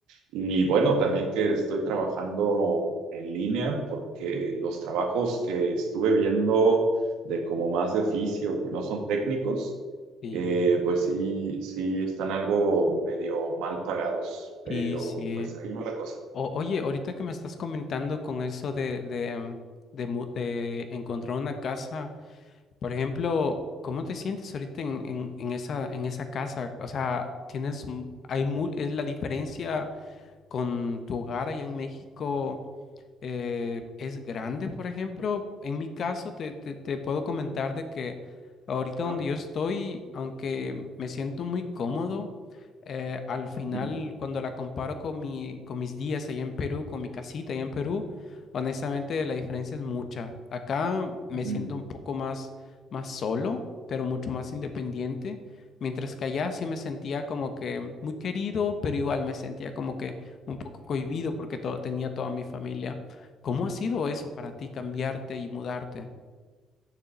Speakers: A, on the right; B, on the left.
A: y bueno, también que estoy trabajando en línea porque los trabajos que estuve viendo de como más de oficio, que no son técnicos,
B: Sí,
A: eh, pues sí, sí están algo medio mal pagados, pero
B: sí, sí.
A: pues ahí va la cosa,
B: O- oye, ahorita que me estás comentando con eso de, de, mm, de mu- de encontrar una casa, por ejemplo, ¿cómo te sientes ahorita en, en- en esa, en esa casa? O sea, tienes, mu- hay mu- es la diferencia con tu hogar allá en México. eh, es grande, por ejemplo. En mi caso, te, te- te puedo comentar de que ahorita
A: ¿no?
B: donde yo estoy, aunque me siento muy cómodo, eh, al final
A: Ujú,
B: cuando la comparo con mi, con mis días allá en Perú, con mi casita allá en Perú, honestamente la diferencia es mucha. Acá me
A: ujú.
B: siento un poco más, más solo, pero mucho más independiente. Mientras que allá sí me sentía como que muy querido, pero igual me sentía como que un poco cohibido porque todo, tenía toda mi familia. ¿Cómo ha sido eso para ti cambiarte y mudarte?